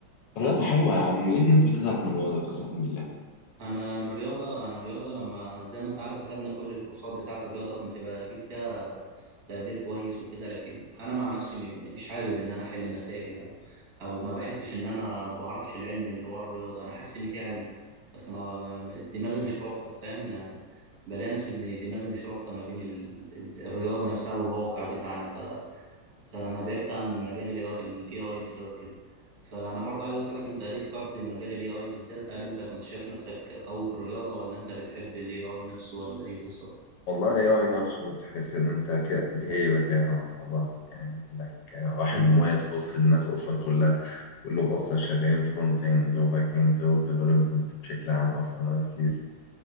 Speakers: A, on the left; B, on the right.
A: الرياضة حلوة يا عم ليه الناس بتزعل من الرياضة قسما بالله
B: انا انا الرياضه انا الرياضه لما زي ما انت عارف اخدنا كل الكورسات بتاعه الرياضه كنت بجيب فيها تقدير كويس وكده لكن انا مع نفسي م- م- مش حابب ان انا احل مسائل او او ما بحسش ان انا ما بعرفش العلم اللي ورا الرياضه انا حاسس ان في علم بس ما ما- ما- دماغي مش رابطه فاهم يعني بلاقي نفسي ان دماغي مش رابطه ما بين ال... ال- الرياضه نفسها والواقع بتاعنا فانا بعدت عن مجال الاي الاي اي بسبب كده فانا برضه عايز اسالك انت ليه اخترت مجال الاي اي بالذات هل انت كنت شايف نفسك قوي في الرياضه ولا انت بتحب الاي اي نفسه ولا ايه بالظبط
A: والله ال AI نفسه تحس إن أنت كده بهيبة كده مع بعضها يعني إنك واحد
B: مم.
A: مميز في وسط الناس أصلا كلها كلهم أصلا شغالين فرونت إند وباك إند ويب ديفلوبمنت بشكل عام أصلا أي سيس